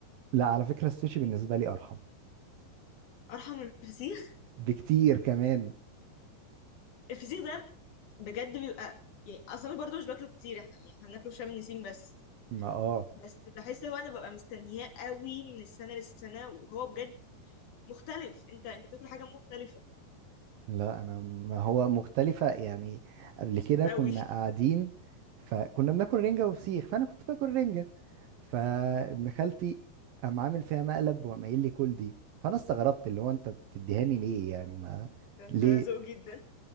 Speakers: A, on the right; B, on the left.
A: لا على فكرة السوشي بالنسبة لي ارحم
B: ارحم من الفسيخ
A: بكتير كمان
B: الفسيخ ده بجد بيبقى يعني اصلا برضو مش باكله كتير إح- يعني احنا بناكله في شم النسيم بس
A: ما اه
B: بس بحس هو انا ببقى مستنياه قوي من السنه للسنه وهو بجد مختلف انت انت بتاكل حاجه مختلفه
A: لا انا ما هو مختلفة يعني قبل كده
B: قوي
A: كنا
B: <laughs>
A: قاعدين فكنا بناكل رنجة وفسيخ فانا كنت باكل رنجة فابن خالتي قام عامل فيها مقلب وقام قايل لي كل دي فانا استغربت اللي هو انت بتديهاني ليه يعني ما
B: ده انت
A: ليه
B: ذوق جدا